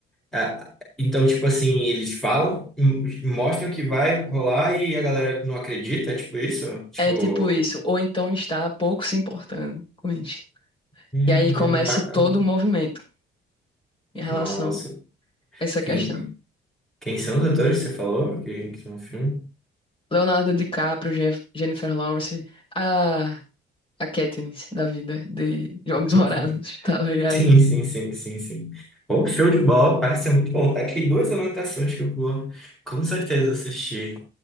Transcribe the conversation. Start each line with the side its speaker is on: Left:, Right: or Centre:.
Centre: Ah, então, tipo assim, eles falam, m- mostram que vai rolar e a galera não acredita, tipo isso? Tipo,
Left: É tipo isso, ou então está pouco se importando com isso.
Centre: meu
Left: E aí começa
Centre: Deus, vai acabar.
Left: todo o movimento em relação
Centre: Nossa,
Left: a essa
Centre: quem,
Left: questão.
Centre: quem são os atores que você falou que, que estão no filme?
Left: Leonardo DiCaprio, Jen- Jennifer Lawrence, a, a Katniss da vida de Jogos
Centre: <laughs>
Left: Vorazes, tá ligado?
Centre: Sim, sim, sim, sim, sim. Bom, show de bola, parece ser muito bom. Tá aqui duas anotações que eu vou com certeza assistir.